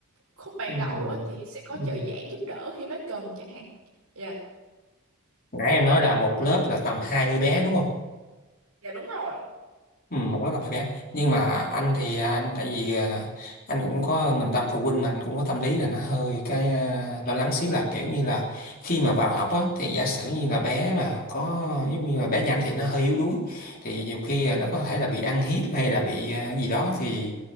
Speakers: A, on the right; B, on the left.
A: khúc ban
B: ừ,
A: đầu á, thì sẽ có
B: ừ.
A: trợ giảng giúp đỡ khi bác cần chẳng hạn dạ
B: nãy em nói là một lớp là tầm 20 bé đúng không
A: dạ đúng rồi
B: ừ, một lớp là 20 bé nhưng mà anh thì à, anh tại vì ờ, anh cũng có mình làm phụ huynh mà anh cũng có tâm lý là nó hơi cái ờ, lo lắng xíu là kiểu như là khi mà vào học á thì giả sử như là bé mà có giống như là bé nhanh thì nó hơi yếu đuối thì nhiều khi là nó có thể là bị ăn hiếp hay là bị ờ, gì đó thì